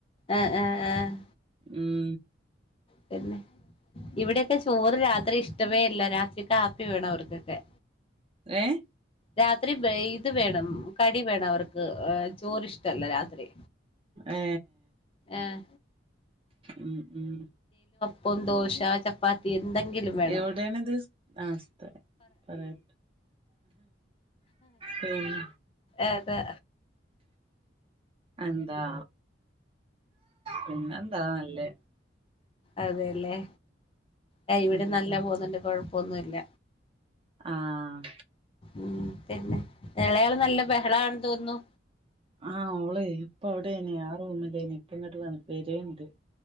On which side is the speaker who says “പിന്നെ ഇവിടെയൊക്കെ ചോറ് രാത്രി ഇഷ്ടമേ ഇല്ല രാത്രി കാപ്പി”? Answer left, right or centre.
Left